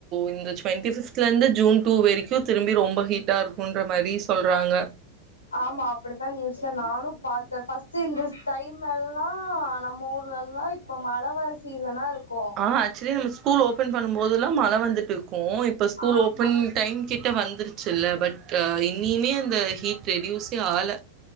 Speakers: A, on the right (about 35°); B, on the left (about 75°).
A: இந்த ட்வெண்ட்டி பிஃப்த்ல இருந்து ஜூன் டூ வரைக்கு திரும்பி ரொம்ப ஹீட்டா இருக்குன்ற மாரி சொல்றாங்க
B: ஆமா அப்டித்தா நியூஸ்ல நானு பாத்தே ஃபர்ஸ்ட் இந்த டைம் எல்லா நம்ம ஊர்லல்லா இப் இப்ப மழ வர சீசனா இருக்கு
A: ஆ ஆக்சுவலி நம்ம ஸ்கூல் ஓப்பன் பண்ணும் போதெல்லா மழ வந்துட்டு இருக் கும் இப்ப ஸ்கூல்
B: ஆமா
A: ஓப்பன் டைம் கிட்ட வந்துருச்சு இல்ல பட் இனிமே அந்த ஹீட் ரெடியூஸே ஆகல